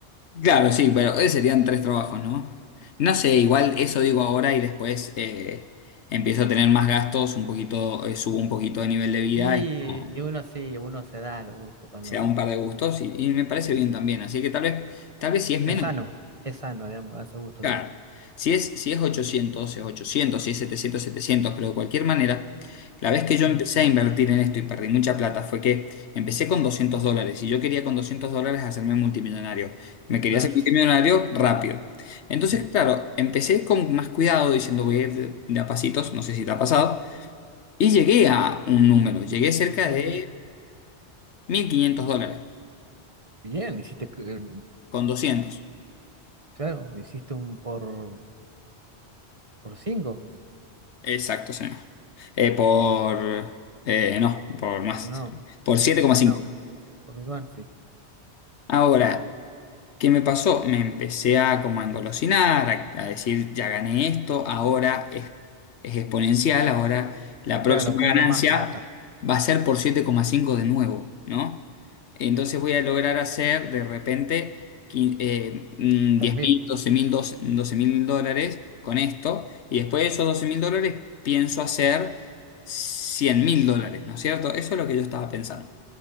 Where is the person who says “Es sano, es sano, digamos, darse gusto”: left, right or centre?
Right